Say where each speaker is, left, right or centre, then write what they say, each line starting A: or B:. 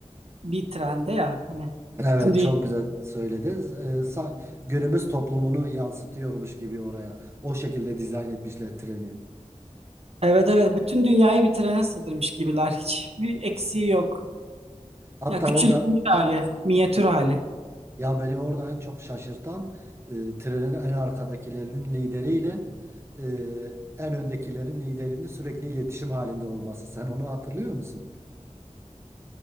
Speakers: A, on the right (about 55°); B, on the right (about 20°).
A: bir trende ya. Hani
B: Evet
A: bütün dünya
B: çok güzel söylediniz. Ee, sa- günümüz toplumunu yansıtıyormuş gibi oraya. O şekilde dizayn etmişler treni.
A: Evet evet bütün dünyayı bir trene sığdırmış gibiler. Hiçbir eksiği yok.
B: Hatta
A: Ya küçültmüş
B: orada
A: hali, minyatür hali.
B: ya beni orada en çok şaşırtan e, trenin en arkadakilerin lideriyle e, en öndekilerin liderinin sürekli iletişim halinde olması. Sen onu hatırlıyor musun?